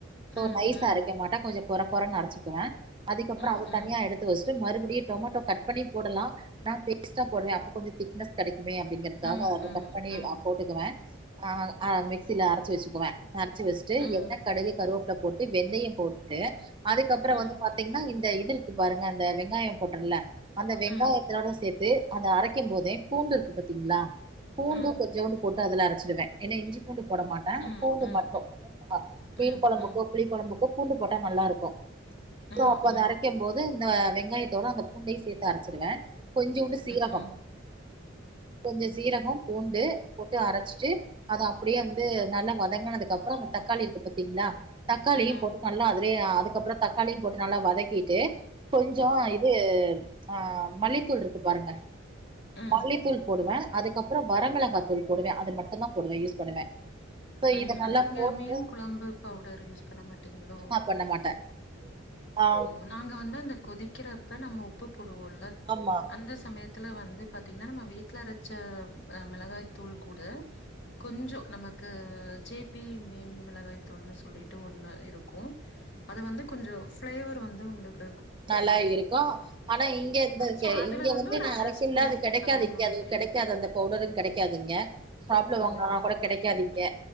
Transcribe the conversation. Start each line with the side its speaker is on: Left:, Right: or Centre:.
Right: சோ
Left: ம்
Right: நைஸா
Left: ம்
Right: அரைக்க மாட்ட கொஞ்சோ கொற கொறன்னு அரச்சிக்குவே அதுக்கப்றோ
Left: ம் ம்
Right: அத
Left: ம்
Right: தனியா எடுத்து வச் ச்சு மறுபடியு டொமாட்டோ கட் பண்ணி போடலா நா பேஸ்டா போடுவே அப்ப கொஞ்சோ திக்னஸ் கெடைக்குமே அப்டிங்கறதுக்காக
Left: ம்
Right: அத கட் பண்ணி
Left: ம் ம்
Right: போட்டுக்குவே அ மிக்சியில அரச்சு வச்சுக்குவே அரச்சு வஸ்ட்டு
Left: ம் ம்
Right: எண்ணெ கடுகு கருவேப்பல போட்டு வெந்தய போட்டு அதுக்கப்றோ
Left: ம்
Right: வந்து பாத்தீங்கன்னா இந்த இது இருக்கு பாருங்க அந்த வெங்காயம் போட்டல அந்த வெங்காயத்தோட
Left: ம்
Right: சேத்து அந்த அரைக்கு போதே பூண்டு இருக்கு பாத்தீங்களா பூண்டு
Left: ம் ம்
Right: கொஞ்சவுண்டு போட்டு அதுல அரச்சிடுவே ஏன்னா இஞ்சி பூண்டு போட மாட்டா
Left: ம்
Right: பூண்டு
Left: ம்
Right: மட்டு
Left: ம்
Right: மீன் கொழம்புக்கு
Left: ம் ம்
Right: புளி கொழம்புக்கு பூண்டு போட்டா நல்லாருக்கு
Left: ம் ம்
Right: சோ அப்ப
Left: ம்
Right: அத அரைக்கு போது இந்த வெங்காயத்தோட அந்த பூண்டையு சேத்து அரச்சிடுவே கொஞ்சோண்டு சீரகம்
Left: ம்
Right: கொஞ்சோ சீரகம் பூண்டு போட்டு அரச்சு ச்சு அது அப்டியே வந்து நல்லா வதங்கனதுக்கு அப்றோ அந்த தக்காளி இருக்கு பாத்தீங்ளா தக்காளியு
Left: ம்
Right: போட்டு
Left: ம்
Right: நல்லா அதுலய அதுக்கப்றோ தக்காளியு போட்டு நல்லா வதக்கிட்டு கொஞ்சோ இது ஆ மல்லித்தூள் இருக்கு பாருங்க
Left: ம்
Right: மல்லித்தூள் போடுவே அதுக்கப்றோ வரமிளகா தூள் போடுவே அது மட் டுந்தா போடுவே யூஸ் பண்ணுவ சோ
Left: ம்
Right: இத நல்லா
Left: நீங்க
Right: போட்டு
Left: மீன் குழம்பு பவுடர் யூஸ் பண்ண மாட்டீங்களோ
Right: ஆ பண்ண மாட்ட ஆ
Left: ஓ நாங்க வந்து அந்த கொதிக்கிறப்ப நம்ம உப்பு போடுவோல
Right: ஆம்மா
Left: அந்த சமயத்துல வந்து பாத்தீங்கன்னா நம்ம வீட்ல அரச்ச ஆ மிளகாய் தூள் கூட கொஞ்சோ நம்ம க்கு ஜேபி மீன் மிளகாய் தூள்ன்னு சொல்லிட்டு ஒண்ணு இருக்கு அது வந்து கொஞ்சோ ஃபிளேவர் வந்து உங்ளுக்கு
Right: நல்லா இருக்கு ஆனா இங்க இருந்ததுக்கு
Left: ஸோ அதுல
Right: இங்க வந்து
Left: ஒரு
Right: நா அரைக்க
Left: ஸ்பூன்
Right: <unintelligible> கெடைக்காது
Left: அந்த
Right: இங்க
Left: மாதிரி
Right: அது கெடைக்காது அந்த பவுடரு கெடைக்காது இங்க சாப்ல வாங்காலனா
Left: ஓ!
Right: கூட கெடைக்காது
Left: ஓகே, ஓகே.
Right: இங்க